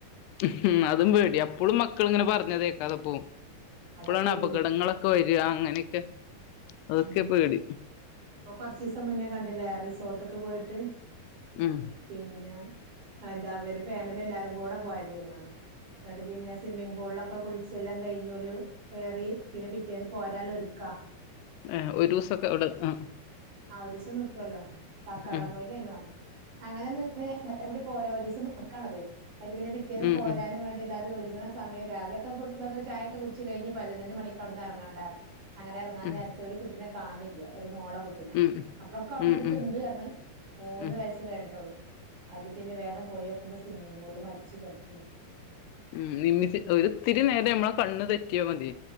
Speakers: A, on the left; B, on the right.
A: ഉം അത് അതും പേടിയാ അപ്പളും മക്കളിങ്ങനെ
B: ആഹ്
A: പറഞ്ഞതേക്കാതെ പോവും ഇപ്പോളാണ്
B: അതാ പേടി
A: അപകടങ്ങളൊക്കെ വരിക അങ്ങനെയൊക്കെ അതൊക്കെ
B: ഉം
A: പേടി
B: ഇപ്പൊ കൊറച്ചിസം മുന്നേ കണ്ടില്ലേ റിസോർട്ടക്ക് പോയിട്ട്
A: ഉം
B: പിന്നെ എന്താ ഒര് ഫാമിലി എല്ലാരും കൂടെ പോയതയ്നിം അന്ന് എന്നട്ട് പിന്നെ സിമ്മിങ് പൂളിലൊക്കെ ക്കെ കുളിച്ചെല്ലാം കഴിഞൊല് കേറി പിന്നെ പിറ്റേന്ന് പോരാല്ലോ ഒരുക്കാ
A: ആ ഒരു ദിവസംക്കെ അവിടെ ആ
B: ആ ഒരു ദിവസം നിക്കുവല്ലോ കക്കാടം
A: ഉം
B: പൊയ്ലയ്‌നു അറിഞ് അങ്ങനെ നിന്ന് എല്ലാരും കൂടി പോരാ ഒരു ദിവസം നിക്കാണള്ള ഇത് അയ്ല് പിന്നെ പിറ്റേന്ന്
A: ഉം
B: പോരാനും
A: ഉം
B: വേണ്ടി എല്ലാരും ഒരുക്ക ങ്ങണ സമയം രാവിലൊക്കെ ഫുഡ് ഇതൊക്കെ ചായാക്കെ കുടിച്ച് കഴിഞ്പതിനൊന്നു മണിക്ക് അവ്ട്ന്നു എറങ്ങണ്ടാ അങ്ങനെ ഇറങ്ങാൻ
A: ഉം
B: നേരത്തെ ഒരു കുട്ടിനെ കാണില്ല ഒരു മോളെ പിന്നെ
A: ഉം
B: അപ്പളൊക്കെ ഓലെടുത്തുണ്ട്
A: ഉം ഉം
B: അർഞ്ഞു മൂന്ന്
A: ഉം
B: വയസ്സ് കഴിഞ്ഞിട്ടുള്ളു അതില് പിന്നെ വേഗം പോയോക്കുമ്പോ സ്വിമ്മിങ്ങ്പൂളിൽ മരിച്ച് കിടക്കണ്ട്
A: ഉം നിമ്മി ഒത്തിരി നേരം നമ്മള കണ്ണ് തെറ്റിയ മതി